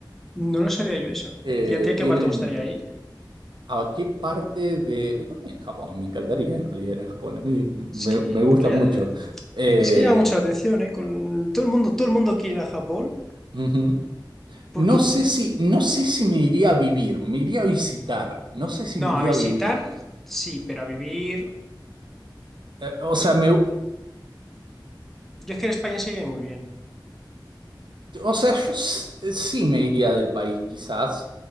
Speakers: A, in the centre; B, on the right.
A: No lo sabía yo eso.
B: Eh,
A: ¿Y a ti a
B: tienen,
A: qué lugar te gustaría ir?
B: ¿A qué parte de...? eh, También Japón, me encantaría en realidad ir a Japón, a mí me,
A: Es que
B: me
A: en
B: gusta
A: realidad
B: mucho.
A: eh,
B: Eh,
A: es que llama mucho la atención, ¿eh? Con todo el mundo, todo el mundo quiere ir a Japón
B: ujú.
A: porque
B: No sé
A: yo-
B: si, no sé si me iría a vivir, me iría a visitar, no sé si
A: no,
B: me iría
A: a visitar
B: a vivir.
A: sí, pero a vivir.
B: Eh, o sea, me,
A: Yo es que en España se vive muy bien.
B: O sea, yo s- eh, sí me iría del país, quizás.